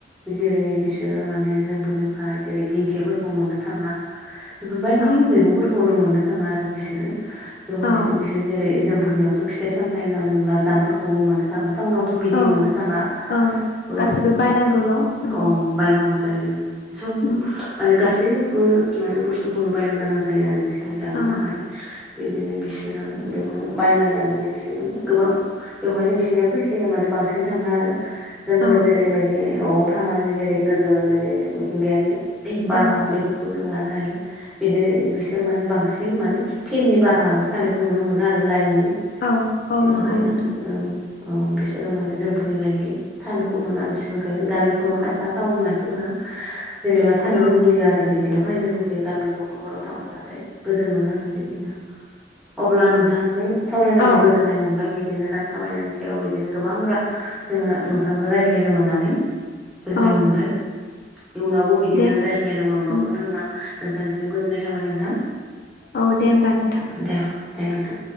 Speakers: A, in the centre; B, on the left (about 55°).
A: जेरै बिसोरो माने जोंफोरनिफ्रा जेरै दिंखियाफोरखौ मोननो थाङा। बेफोर बायदि
B: औ
A: मैगंफोरखौनो मोननो थाङा आरो बिसोरो बेवहायनो
B: औ
A: बिसोर जेरै जोंफोरनियाव थ' फिथाइ-सामथाय होनना बुङोब्ला जाम्बफोरखौबो मोननो थाङ <unintelligible> टाउनावथ' बिदि
B: औ
A: मोननो थाङा
B: औ
A: ओरैनो
B: गासिबो बायनांगौल' उम
A: औ बायनांगौ जायो। सब
B: उम
A: माने गासैबो माने बुस्थुखौनो बायनो गोनां जायो आरो बिसो जानो
B: औ
A: थाखाय बिदिनो बिसोरो बेवहायनो बायना जानानै बिस <unintelligible> गोबां बेवहायनो बिसिना फैसाया माने बांसिन थाङो आरो। जोंफोर
B: औ
A: जेरैबायदि न'आव थानानै जेरै गोजोन जेरै मिथिंगायारि <unintelligible> बारहावा
B: औ
A: बेफोरखौ जों लानो हायो। बिदि बिसोर माने बांसिन माने फेननि बारहायावसो थानायखौ नुनो मोनो आरो लाइननि।
B: औ औ
A: बेवहायनो
B: नंगौ नोंथां
A: ओं औ बिसोरो माने जोंफोरनि बायदि थानोखौ मोना बिसोर ओंखायनो गामिफोराव खायफा टाउननि मानसिफोरा जेनेबा थानो
B: औ
A: लुबैयो आरो बिदि। बेनिखायनो लकेल गामि ग'फा'फोराव थांबोलाथाय गोजोन मोनो आरो बिदिनो। अब्ला नोंथां बे सावरायनानै
B: औ
A: गोज गोजोननाय मोनबाय बिदिनो रां खामायनायनि सायाव इदिनो गोबां रां जोङो नोंथांजों रायज्लायनो मोननानै। गोजोननाय
B: औ
A: मोनबाय इयुनावबो बिदिनो
B: दे
A: रायज्लायनो मोनबावगोननो
B: उम
A: होनना नोंथांनिसिम गोजोननाय थाबाय नोंथां।
B: औ दे होमबा नोंथां।
A: दे दे नोंथां।